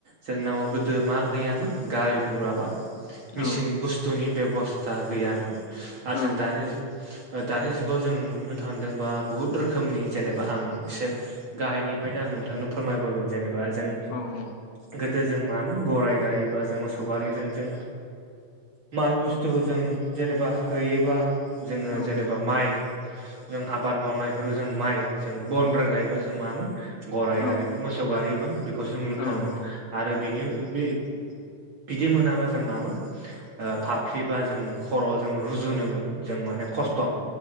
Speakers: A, on the right; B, on the left.
A: जोंनाव गोदो मा गैयामोन गारि गुराबा मेचिन
B: औ
A: बुस्थुनि बेबस्था गैयामोन आरो
B: औ
A: जों दानि दानि जुगाव जों नुनो थांदोंबा बुहुत रोखोमनि जेनेबा आं एसे गाहायनिफ्रायनो आं नोंथांनो फोरमायबोगोन जेनेबा जों
B: औ औ।
A: गोदो जों मामोन गराइ गारि बा जों मोसौ गारिजों जों माल बुस्थुखौ जों जेनेबा हैयोबा जोङो
B: औ
A: जेनेबा माइ जों आबाद मावनायफोर जों माइ जों बन रोगायोबा जों मामोन गराइ
B: औ
A: गारिबो मोसौ गारिमोन बेखौसो
B: औ
A: नुनो थाङोमोन आरो बेनि बे बिदि मोनाबा जों मामोन फाफ्लिबा जों खर'आव जों रुजुनोमोन। जों माने खस्थ'